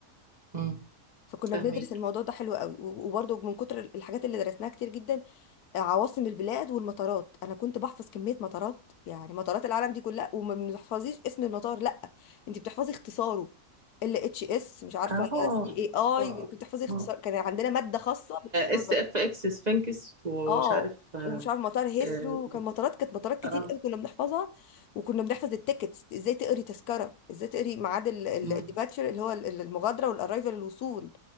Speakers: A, on the right (about 30°); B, on the left (about 70°).
A: امم
B: فكنا
A: فاهمك
B: بندرس الموضوع ده حلو قوي و- وبرضه من كتر الحاجات اللي درسناها كتير جدا عواصم البلاد والمطارات انا كنت بحفظ كميه مطارات يعني مطارات العالم دي كلها وما بتحفظيش اسم المطار لا انت بتحفظي اختصاره ال اتش اس مش عارفه
A: اه
B: سي اي اي
A: اه
B: بتحفظي اختصار
A: اه
B: كان عندنا ماده خاصه بالموضوع
A: اس اف
B: ده.
A: اكس سفنكس ومش
B: اه
A: عارف اه
B: ومش عارف مطار هيثرو
A: اه
B: وكان مطارات كانت مطارات كتير
A: آه،
B: قوي كنا بنحفظها وكنا بنحفظ التيكتس ازاي تقري تذكره ازاي تقري ميعاد الديباتشر
A: مم.
B: اللي هو ال- المغادره والارايفل الوصول